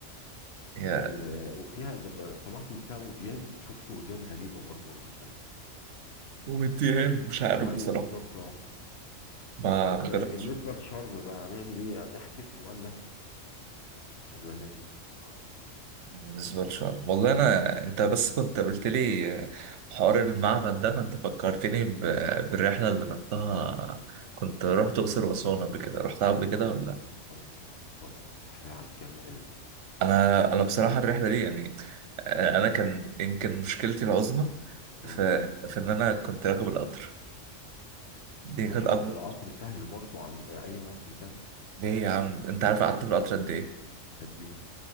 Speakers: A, on the right; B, on the left.
A: هي
B: ال- وفيها ده ب- سمعت إن فيها وديان شفت وديان غريبة برضو والله بجد
A: والتيهان مش عارف
B: أيوه
A: بصراحة
B: بالظبط أه
A: ما
B: طب
A: ما
B: آه،
A: جربتش
B: بالنسبة لشرم بقى هنعمل إيه يعني نحجز ولا ولا نعمل إيه إيه رأيك أنت
A: بالنسبة للشعر والله أنا أنت بس كنت قلت لي آه، حوار المعبد ده فأنت فكرتني ب... بالرحلة اللي رحتها كنت رحت أقصر وأسوان قبل كده رحتها قبل كده
B: الله
A: ولا لأ؟
B: الله طبعا أحيي على الجمال
A: أنا أنا بصراحة الرحلة دي يعني آه، أنا كان يمكن مشكلتي العظمى
B: مم.
A: في في إن أنا كنت راكب القطر دي
B: ماشي
A: كانت
B: بس
A: أكبر
B: القطر سهل برضو عن أي مواصلة تانية
A: ليه يا عم أنت عارف قعدت في القطر قد إيه؟
B: قد إيه